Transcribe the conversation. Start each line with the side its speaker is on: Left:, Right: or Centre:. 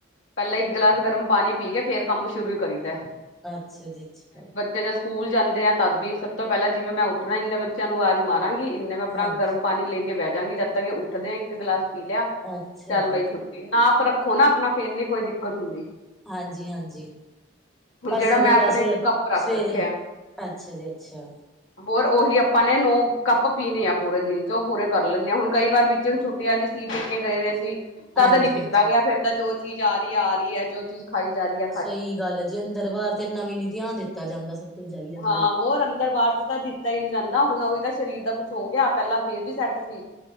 Left: ਪਹਿਲਾਂ ਇੱਕ ਗਲਾਸ ਗਰਮ ਪਾਣੀ ਪੀ ਕੇ ਫੇਰ ਕੰਮ ਸ਼ੁਰੂ ਕਰੀ ਦਾ।
Centre: ਅੱਛਾ ਜੀ ਅੱਛਾ।
Left: ਜਦੋ ਸਕੂਲ ਜਾਂਦੇ ਆ ਤਦ ਵੀ ਸਭ ਤੋਂ ਪਹਿਲਾਂ ਜਿਵੇ ਮੈਂ ਉੱਠਣਾ ਇੰਨੇ ਬਚੇ ਬੱਚਿਆਂ ਨੂੰ ਆਵਾਜ਼ ਮਾਰਾਂਗੀ ਇੰਨੇ ਮੈਂ ਆਪਣਾ
Centre: ਹਾਂਜੀ
Left: ਗਰਮ ਪਾਣੀ ਲੈ ਕੇ ਬਹਿ ਜਾਂਗੀ ਜਦ ਤੱਕ ਕਿ ਉੱਠਦੇ ਆ ਇੱਕ ਗਲਾਸ ਪੀ ਲਿਆ।
Centre: ਅੱਛਾ
Left: ਚੱਲ
Centre: ਜੀ
Left: ਬਾਈ ਛੁੱਟੀ ਨਾਪ ਰੱਖੋ ਨਾ ਆਪਣਾ ਫੇਰ ਨੀ ਕੋਈ ਦਿੱਕਤ ਹੁੰਦੀ।
Centre: ਹਾਂਜੀ ਹਾਂਜੀ।
Left: ਹੁਣ ਜਿਹੜਾ
Centre: ਅਸੀਂ
Left: ਮੈਂ
Centre: ਤੇ
Left: ਆਪਣਾ
Centre: ਵੈਸੇ
Left: ਇੱਕ ਕੱਪ ਰੱਖ
Centre: ਸਵੇਰੇ
Left: ਰੱਖਿਆ
Centre: ਅੱਛਾ ਜੀ ਅੱਛਾ।
Left: ਹੋਰ ਉਹੀ ਆਪਾਂ ਨੇ ਨੋ ਕੱਪ ਪੀਣੇ ਆ ਪੂਰੇ ਦਿਨ ਚ ਉਹ ਪੂਰੇ ਕਰ ਲੈਂਦੇ ਹਾਂ ਹੁਣ ਕਈ ਵਾਰ ਵਿੱਚ ਨੂੰ ਛੁੱਟੀਆਂ ਜੀ ਸੀ ਬੱਚੇ ਗਏ ਹੋਏ ਸੀ ਤਦ
Centre: ਹਾਂਜੀ
Left: ਨੀ ਪੀਤਾ
Centre: ਹਾਂਜੀ
Left: ਗਿਆ ਫਿਰ ਜੋ ਚੀਜ਼ ਆ ਰਹੀ ਹੈ ਆ ਰਹੀ ਹੈ ਜੋ ਚੀਜ਼ ਖਾਈ ਜਾ ਰਹੀ ਐ।
Centre: ਸਹੀ ਗੱਲ ਐ ਜੇ ਅੰਦਰ ਬਾਹਰ ਤੇ ਇੰਨਾ ਵੀ ਨੀ ਧਿਆਨ ਦਿੱਤਾ ਜਾਂਦਾ। ਕੁੱਝ ਜਾਈ ਜਾਂਦਾ
Left: ਹਾਂ ਹੋਰ ਅੰਦਰ ਬਾਹਰ ਚ ਤਾਂ ਦਿੱਤਾ ਹੀ ਨਹੀਂ ਜਾਂਦਾ ਹੁਣ ਉਹੀ ਤਾਂ ਸਰੀਰ ਦਾ ਕੁਛ ਹੋ ਗਿਆ ਪਹਿਲਾਂ ਫੇਰ ਵੀ ਸੈਟ ਸੀ,